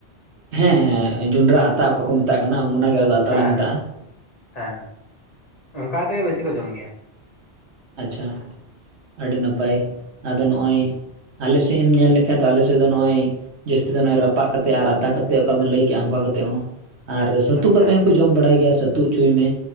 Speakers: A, on the right; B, on the left.
A: ᱦᱮᱸ ᱦᱮᱸ ᱡᱚᱸᱱᱰᱨᱟ ᱟᱛᱟ ᱚᱠᱟ ᱠᱚ ᱢᱮᱛᱟᱜ ᱠᱟᱱᱟ ᱚᱱᱟ ᱜᱮ ᱟᱞᱮ ᱫᱚ ᱟᱛᱟ
B: ᱦᱮᱸ
A: ᱞᱮ ᱢᱮᱛᱟᱜᱼᱟ
B: ᱦᱮᱸ ᱦᱮᱸ ᱚᱱᱠᱟ ᱛᱮᱜᱮ ᱵᱮᱥᱤ ᱠᱚ ᱡᱚᱢ ᱜᱮᱭᱟ ᱾
A: ᱟᱪᱪᱷᱟ, ᱟᱹᱰᱤ ᱱᱟᱯᱟᱭ ᱟᱫᱚ ᱱᱚᱜᱼᱚᱭ ᱟᱞᱮᱥᱮᱫ ᱮᱢ ᱧᱮᱞ ᱞᱮᱠᱷᱷᱟᱡ ᱫᱚ ᱟᱞᱮᱥᱮᱫ ᱫᱚ ᱱᱚᱜᱼᱚᱭ, ᱡᱟᱹᱥᱛᱤ ᱫᱚ ᱱᱚᱜᱼᱚᱭ ᱨᱟᱯᱟᱜ ᱠᱟᱛᱮᱫ ᱟᱨ ᱟᱛᱟ ᱠᱟᱛᱮᱫ ᱚᱠᱟ ᱵᱮᱱ ᱞᱟᱹᱭ ᱠᱮᱜᱼᱟ ᱚᱱᱠᱟ ᱠᱟᱛᱮᱫ ᱦᱚᱸ, ᱟᱨ ᱥᱟᱹᱛᱩ
B: ᱟᱪᱪᱷᱟ
A: ᱠᱟᱛᱮᱜ ᱦᱚᱸᱠᱚ ᱡᱚᱢ ᱵᱟᱲᱟᱭ ᱜᱮᱭᱟ, ᱥᱟᱹᱛ ᱩᱛᱩ ᱚᱪᱚᱭᱢᱮ